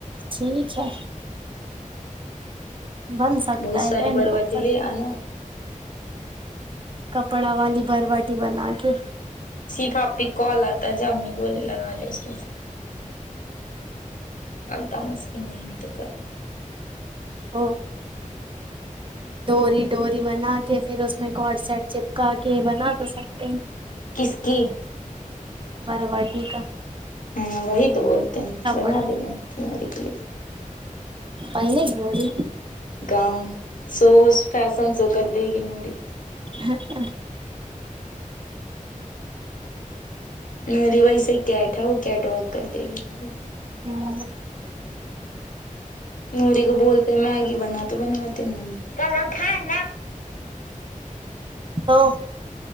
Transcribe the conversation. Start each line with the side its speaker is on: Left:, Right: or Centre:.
Right: ٹھیک ہے بن سکتا
Left: بہت
Right: ہے
Left: ساری
Right: کیا نہیں
Left: برباد
Right: بن سکتا
Left: ل ن
Right: کپڑا والی بھروٹی بنا کے
Left: سیفای کال آ تھا جا امی گولی لگی اس م التا مسکی نہیں ہے تو کا
Right: وہ ڈوری ڈوری بنا کے پھر اس میں کڈ سیٹ چپکا کے بنا تو سکتے ہیں
Left: کسکی
Right: بھرواٹی کا
Left: ہاں وہی تو بولتے ہیں
Right: کپڑا
Left: بنا دینا کمی کے لیے
Right: بن گ روری
Left: گاؤن سو فیشن سو کر دے گی نی
Right: ہاں
Left: میری ویس کیٹ ہے وہ کیٹ واک کر دے گی
Right: ہوں
Left: نوری کو بولتے میگی بنا تو بناتے نہیں کھ نا
Right: تو